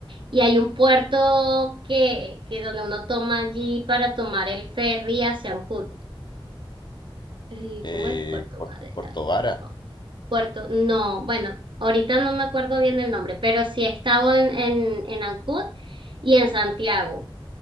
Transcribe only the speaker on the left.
Eh,
Puer-
Puerto Vara.